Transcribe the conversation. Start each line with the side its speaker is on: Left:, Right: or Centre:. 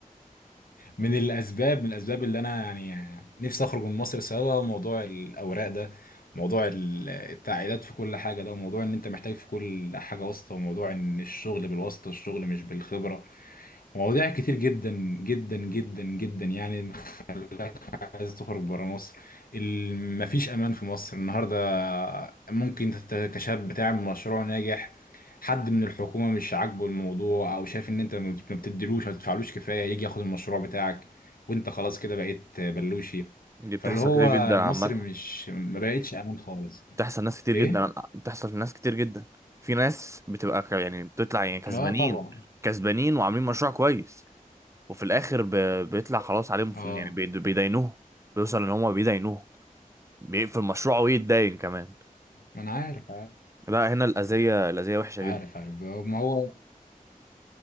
Left: من الاسباب من الاسباب اللي انا يعني نفسي اخرج من مصر سوا موضوع الاوراق ده موضوع ال- التعقيدات في كل حاجة ده وموضوع ان انت محتاج في كل حاجة واسطة وموضوع ان الشغل بالواسطة الشغل مش بالخبرة مواضيع كتير جدا جدا جدا جدا يعني خلاك عايز تخرج برا مصر ال- مفيش امان في مصر النهارده ممكن انت ت- كشاب بتعمل مشروع ناجح حد من الحكومه مش عاجبه الموضوع او شايف ان انت ما بت- ما بتديلوش ما بتدفعلوش كفايه يجي ياخد المشروع بتاعك وانت خلاص كده بقيت بلوشي
Right: دي بتحصل
Left: فاللي هو
Right: كتير جدا
Left: مصر
Right: عامة
Left: مش ما بقتش امان خالص
Right: بتحصل ناس كتير
Left: ايه
Right: جدا بتحصل لناس كتير جدا في ناس بتبقى ك- يعني بتطلع يعني كسبانين
Left: اه طبعا
Right: كسبانين وعاملين مشروع كويس وفي الاخر ب... بيطلع خلاص عليهم
Left: اه
Right: يعني بيد- بيدينوه بيوصل ان هم بيدينوه بيقفل مشروعه ويتداين كمان
Left: ما انا عارف عارف
Right: لا هنا الأذية الأذية وحشة
Left: عارف
Right: جدا
Left: عارف ما هو